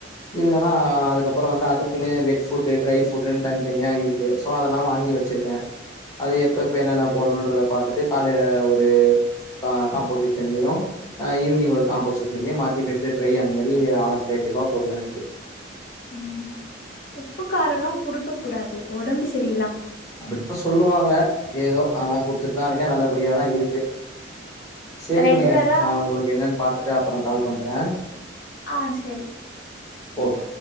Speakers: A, on the left; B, on the left.
A: இல்லனா அதுக்கப்றோ வந்து அதுக்குன்னு வெட் ஃபுட்டு ட்ரை ஃபுட்டுன்னு தனித்தனியா இருக்கு. சோ அதெல்லா வாங்கி வச்சிருக்க. அது எப்ப எப்ப என்னென்ன போடணுன்றத பாத்துட்டு காலேல ம் ம்ச அ காம்போசிஷன்லயு ஈவினிங் ஒரு காம்போசிஷன்லயு மாத்தி வெட்டு ட்ரை அந்த மாரி ஆல்ட்ரேடிவா போடுவே அதுக்கு.
B: ம் உப்புக்காரோல்லா குடுக்க கூடாது. ஒடம்பு சரி
A: அப்பிடித்தா சொல்லுவாங்க. ஏதோ ஆனா குடுத்துட்தா இருக்க. நல்லபடியாதா இருக்கு. சேரிங்க.
B: ரெகுலரா
A: நான் உங்களுக்கு என்னன் பாத்துட்டு அப்பறோ கால் பண்றன்.
B: ஆ செரி
A: ஓகே